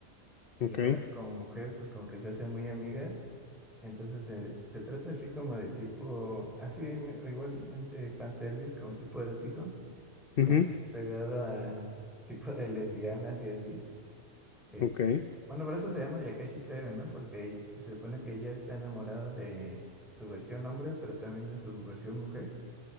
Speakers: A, in the centre; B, on the left.
A: Y
B: ujú, ok,
A: ahora como mujer, pues como que se hacen muy amigas. Entonces se, se trata así como de tipo, así im- igualmente fanservice, como tipo erótico,
B: ujú,
A: como pegado a tipo de lesbianas y así. Eh,
B: ok,
A: bueno, por eso se llama Yakashi Treven, ¿no? Porque se supone que ella está enamorada de su versión hombre, pero también de su versión mujer.